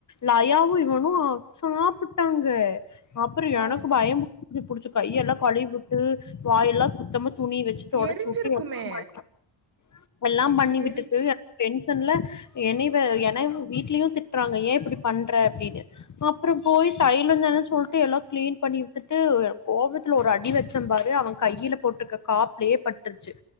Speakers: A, on the left (about 35°); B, on the right (about 50°).
A: லயாவு இவனு சாப்புட்டாங்க அப்றோ
B: ஆ
A: எனக்கு பயம் பு து புடுச்சு கையெல்லா கழிவுட்டு வாயெல்லா சுத்தமா துணி வச்சு தொடச்சூட்டு
B: எரிஞ்சிருக்குமே
A: எல்லா பண்ணி எல்லாம் பண்ணி விட்டுட்டு
B: எரிஞ்சு
A: இப்ப எங் துல என்னைவ என்னையு வீட்லயு திட்றாங்க ஏன் இப்டி பண்ற அப்டின்னு அப்றோ போய் தை இல்லகனு சொல்ட்டு எல்லா கிளீன் பண்ணி வித்துட்டு கோவத்துல ஒரு அடி வச்சேம்பாரு அவ கையில போட்ருக்க காப்லயே பட்ருச்சு